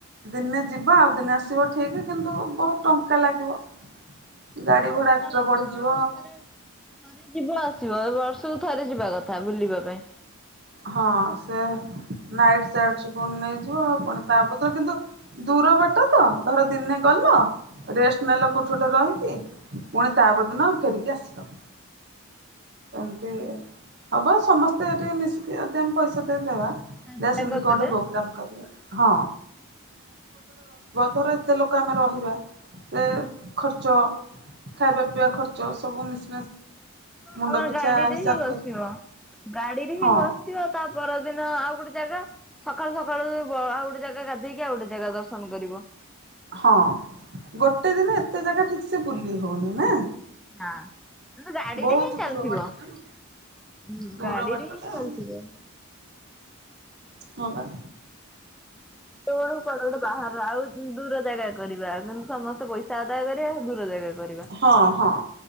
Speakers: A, on the right (about 50°); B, in the centre.
A: ଦିନେ ଯିବା ଆଉ ଦିନେ ଆସିବ ଠିକ, କିନ୍ତୁ ବହୁତ ଟଙ୍କା ଲାଗିବ। ଗାଡି ଭଡା
B: ଟଙ୍କା
A: ଏକ୍ସଟ୍ରା
B: ଲାଗିବ
A: ବଢିଯିବ
B: ଥରେ ଥରେ ଯିବ ଆସ ଯ ବର୍ଷକୁ ଥରେ ଯିବା କଥା ବୁଲିବା ପାଇଁ।
A: ହଁ ସେ ନାଇଟ୍ ସଡଛି ପୁଣି ନେଇଯିବ ଆଉ ପୁଣି ତାପରୁ କିନ୍ତୁ ଦୂର ବାଟ ତ ଧର ଦିନେ ଗଲେ ରେଷ୍ଟ ପୁଣି ତାପଦିନ ଫେରିକି ଆସିଲ। ଏମତି ହବ ସମସ୍ତେ ଏଠିକେ ମିଶିକି ପଇସା ବା
B: ଯାହା
A: ସେମତି
B: କରିଦେଲେ
A: କଣେ ପ୍ରୋଗ୍ରାମ କରିବା ହଁ। ଧର ଏତେ ଲୋକ ଆମେ ରହିବା ସେ ଖର୍ଚ୍ଚ ଖାଇବା ପିଇବା ଖର୍ଚ୍ଚ ସବୁ ମିଶି ମୁଣ୍ଡ
B: ଆମର
A: ପିଛା
B: ଗାଡିରେ
A: ହିସାବ
B: ହିଁ ବସିବ। ଗାଡିରେ ହିଁ
A: ହଁ
B: ବସିବ ତା ପର ଦିନ ଆଉ ଗୋଟେ ଜାଗା ସକାଳୁ ସକାଳୁ ଆଉ ଗୋଟେ ଜାଗା ଗାଧେଇକି ଆଉ ଗୋଟେ ଜାଗା ଦର୍ଶନ। କରିବ।
A: ହଁ ଗୋଟେ ଦିନ ଏତେ ଜାଗା ଠିକ ସେ ବୁଲି ହଉନି ନା।
B: ହଁ ତୁ ଗାଡିରେ
A: ବହୁତ
B: ହିଁ ଚାଲୁଥିବ
A: ଦୂର ବାଟଟା
B: ହଁ
A: ନା ଦୂର
B: ଗାଡିରେ
A: ବାଟଟା
B: ନିଁ
A: ଆଉ
B: ଚାଲଛି ତ
A: ହଁ ପା।
B: ତୁୁ ବାହାର ଆଉ ଦୂର ଜାଗା କରିବା ସମସ୍ତେ ପଇସା ଆଦାୟ କରିବା। ଦୂର କରିବା।
A: ହଁ ହଁ